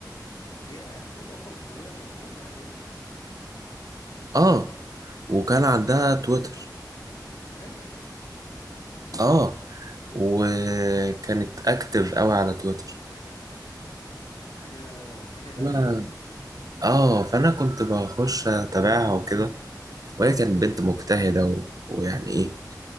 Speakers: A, on the left; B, on the right.
A: ياه والقطة الفضولية كان من ايام اعدادي
B: اه وكان عندها تويتر
A: لا يا اخي
B: اه وكانت اكتف قوي على تويتر
A: اه ده حاجة حاجة غريبة
B: انا اه فانا كنت بخش اتابعها وكده وهي كانت بنت مجتهده و... ويعني ايه